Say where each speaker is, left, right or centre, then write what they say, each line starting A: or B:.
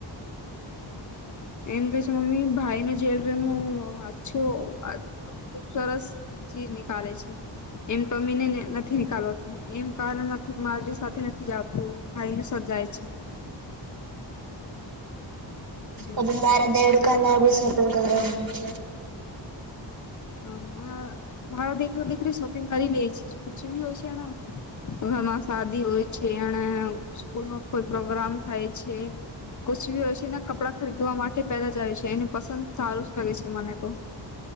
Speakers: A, on the left; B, on the right.
A: એમ કે છે મમ્મી ભાઈ ન જેવેલરી મું અછો ખુબ સરસ ચીજ નીકાલેે છે એમ તો તમીને નથી નીકાલવાતું એમ કારણ માંથી મારી સાથે નથી જતું ભાઈને સાથ જાય છે હમ
B: અબ મારા દેડ ક ના બી સ્વત કરો <unintelligible>
A: હ માં મારો દીકરો દીકરી શોપિંગ કરી લે છે કછ બી હોય છેને ઘરમાં શાદી હોય છે એને સ્કૂલમાં કોઈ પ્રોગ્રામ થાય છે કુછ બી હોય છે ને કપડા ખરીદવા માટે પેલા જાય છે એને પસંદ સારું જ લાગે છે મને તો